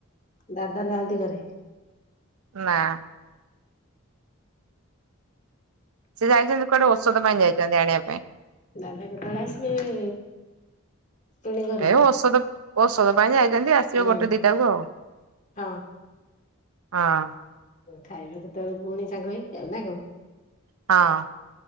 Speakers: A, on the left; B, on the right.
A: ଦାଦା ନାହାନ୍ତି ଘରେ?
B: ନା। ସେ ଯାଇଛନ୍ତି କୁଆଡେ ଔଷଧ ପାଇଁ ଯାଇଛନ୍ତି ଆଣିବା ପାଇଁ।
A: ଦାଦା କେତବେଳେ ଆସିବେ? ପୁଣି ଘରକୁ
B: ଏ ଔଷଧ ଔଷଧ ପାଇଁ ଯାଇଛନ୍ତି ଆସିବ
A: ହୁଁ
B: ଗୋଟେ ଦିଟାକୁ ଆଉ।
A: ହଁ
B: ହଁ।
A: ଖାଇବେ ସେତେବେଳେ ପୁଣି ସାଙ୍ଗ ହେଇକି ଆଉ ନା କଣ?
B: ହଁ।